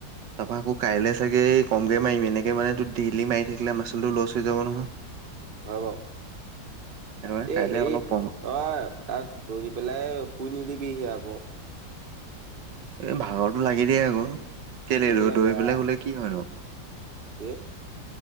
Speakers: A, on the right; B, on the right.
A: <unintelligible> আকৌ কাইলে চাগে কমকে মাৰিম এনেকে মানে ত' ডেইলি মাৰি থাকিলে মাচুলটো লছ হৈ যাব নহয়।
B: হ'ব,
A: সেইটো কাৰণে
B: এই
A: কাইলে
B: সেই-
A: অলপ কম
B: অহ', - তা'ত দৌৰি পেলাই শুই নিদিবিহি আকৌ-
A: এই ভাগৰটো লাগি দিয়ে আকৌ কেলে
B: শুই
A: দৌৰি
B: দিলে বেয়া
A: পেলাই শুলে বোলে কি হয় ন।
B: কি-